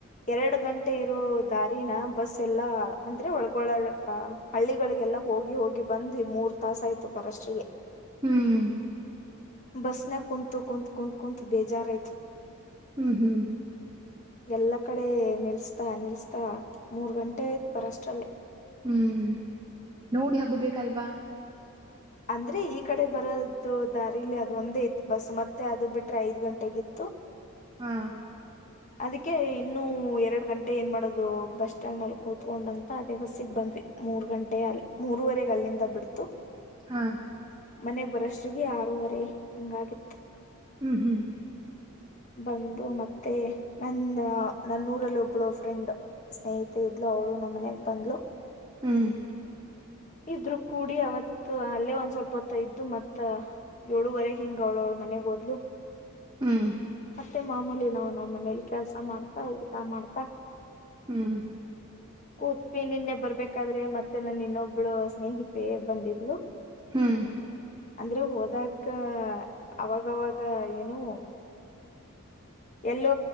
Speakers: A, on the left; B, on the right.
A: ಎರಡು ಗಂಟೆ ಇರೋ ದಾರಿನ ಬಸ್ ಎಲ್ಲಾ ಅಂದ್ರೆ ಒಳ್ಗೊಳ ಹಳ್ಳಿಗಳಿಗೆಲ್ಲ ಹೋಗಿ ಹೋಗಿ ಬಂದ ಮೂರ್ ತಾಸ ಆಯ್ತು ಬರಷ್ಟಿಗೆ
B: ಹ್ಮ್
A: ಬಸನ ಕುಂತ್ ಕುಂತ್ ಕುಂತ್ ಕುುಂತ್ ಬೇಜಾರಯತ್
B: ಹ್ಮ್ ಹ್ಮ್
A: ಎಲ್ಲ ಕಡೆ ನಿಲ್ಸ್ತಾ ನಿಲ್ಸ್ತಾ ಮೂರ್ ಗಂಟೆ ಆಯ್ತ್ ಬರ ಅಷ್ಟ್ರಲ್ಲೇ
B: ಹ್ಮ್ ನೋಡಿ ಹಬ್ಬ ಬೇಕಲ್ವಾ
A: ಅಂದ್ರೆ ಈ ಕಡೆ ಬರೋದು ದಾರಿಲ್ಲಿ ಅದು ಒಂದೇ ಇತ್ತು ಬಸ್ ಮತ್ತೆ ಅದು ಬಿಟ್ರೆ ಐದ್ ಗಂಟೆಗಿತ್ತು ಹ
B: ಹಾ
A: ಅದಕ್ಕೆ ಇನ್ನುೂ ಎರಡ್ ಗಂಟೆ ಏನ್ ಮಾಡೋದು ಬಸ್ ಸ್ಟ್ಯಾಂಡ್ ಅಲ್ಲಿ ಕೂತ್ಕೊಂಡಂತ ಅದೇ ಬಸ್ಸಿಗೆ ಬಂದ ಮೂರ್ ಗಂಟೆ ಅ ಮೂರವರೆಗೆ ಅಲ್ಲಿಂದ ಬಿಡ್ತು
B: ಹಾ
A: ಮನೆ ಬರಷ್ಟ್ರಿಗೆ ಆಾರೂವರೆ ಹಿಂಗಾಗಿತ್
B: ಹ್ಮ್ ಹ್ಮ್
A: ಬಂದು ಮತ್ತೆ ನನ್ನ ನನ್ನೂರಲ್ಲಿ ಒಬ್ಳು ಫ್ರೆಂಡ್ ಸ್ನೇಹಿತ ಇದ್ಲು ಅವರು ನಮ್ಮ ಮನಯಾಗ ಬಂದ್ಲು
B: ಹ್ಮ್
A: ಇದ್ರು ಕೂಡಿ ಅವತ್ ಅಲ್ಲೇ ಒಂದ್ ಸ್ವಲ್ಪ ಹೊತ್ತ ಇದ್ದು ಮತ್ತ ಏಳುವರೆಗೆ ಹಿಂಗ ಅವಳವಳು ಮನೆಗ್ೋದ್ಲು
B: ಹ್ಮ್
A: ಮತ್ತೆ ಮಾಮೂಲಿ ನಾ್ ನಮ್ಮ ಮನೇಲಿ ಕೆಲ್ಸ ಮಾಡ್ತಾ ಊಟ ಮಾಡ್ತಾ
B: ಹ್ಮ್
A: ಪೃತ್ ನಿನ್ನೆ ಬರ್ಬೇಕಾದ್ರೆ ಮತ್ತೆ ನನ್ನ ಇನ್ನೊಬ್ಳು ಸ್ನೇಹಿತೆ ಬಂದಿದ್ಲು
B: ಹ್ಮ್
A: ಅಂದ್ರೆ ಹೋದಾಗ ಅವಾಗವಾಗ ಏನು ಎಲ್ಲೋ